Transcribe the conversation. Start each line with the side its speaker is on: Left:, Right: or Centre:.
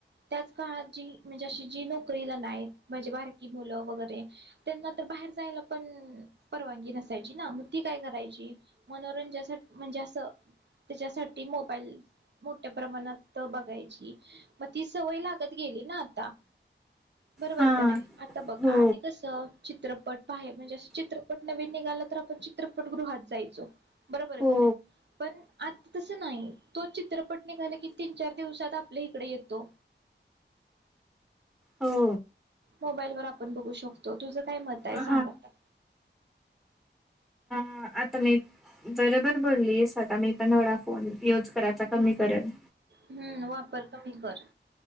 Right: त्याच काळात जी म्हणजे अशी जी नोकरीला नाहीत म्हणजे बारकी मुलं वगैरे त्यांना तर बाहेर जायला पण परवानगी नसायची ना मग ती काय करायची मनोरंजासाठी म्हणजे असं त्याच्यासाठी मोबाईल मोठ्या प्रमाणात बघायची मग ती सवय लागत गेली ना आता बरोबर
Centre: हा
Right: का नाही आता बघ
Centre: हो
Right: आधी कसं चित्रपट पा आहे म्हणजे असं चित्रपट नवीन निघाला तर आपण चित्रपट गृहात जायचो बरोबर
Centre: हो
Right: का नाही पण आता तसं नाही तो चित्रपट निघाला की तीन चार दिवसात आपल्या इकडे येतो
Centre: हो
Right: मोबाईल वर आपण बघू शकतो तुझं काय मत ताई
Centre: हा
Right: सांग तया
Centre: ह आता मी बरोबर बोलली आहेस आता मी पण थोडा फोन युज करायचा कमी करन
Right: हम्म वापर कमी कर